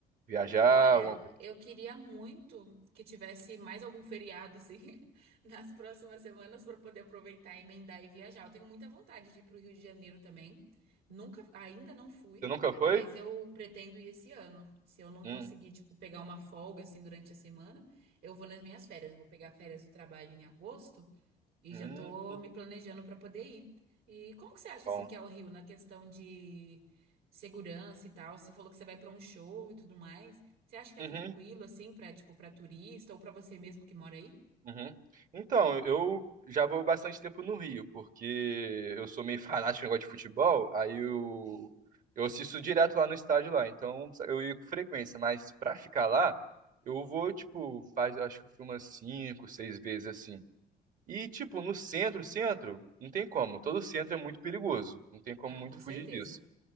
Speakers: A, on the right; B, on the right.
A: Viajar,
B: Olha,
A: alguma coisa?
B: eu queria muito que tivesse mais algum feriado assim <laughs> nas próximas semanas para poder aproveitar, emendar e viajar. Eu tenho muita vontade de ir para o Rio de Janeiro também. Nunca, ainda não fui,
A: Você nunca foi?
B: mas eu pretendo ir esse ano. Se eu não
A: Hum,
B: conseguir, tipo, pegar uma folga assim durante a semana, eu vou nas minhas férias. Eu vou pegar férias do trabalho em agosto. E
A: hum,
B: já tô me planejando para poder ir. E como que você acha
A: bom.
B: assim que é o Rio na questão de segurança e tal? Você falou que você vai para um show e tudo mais. Você acha que é
A: Uhum,
B: tranquilo assim para tipo para turista ou para você mesmo que mora aí?
A: Uhum. Então, eu já vou bastante tempo no Rio, porque eu sou meio <laughs> fanático no negócio de futebol, aí eu, eu assisto direto lá no estádio lá, então eu ia com frequência, mas pra ficar lá, eu vou, tipo, faz, eu acho que eu fui umas cinco, seis vezes assim. E, tipo, no centro, centro, não tem como, todo centro é muito perigoso, não tem como
B: Ah,
A: muito
B: com certeza.
A: fugir disso.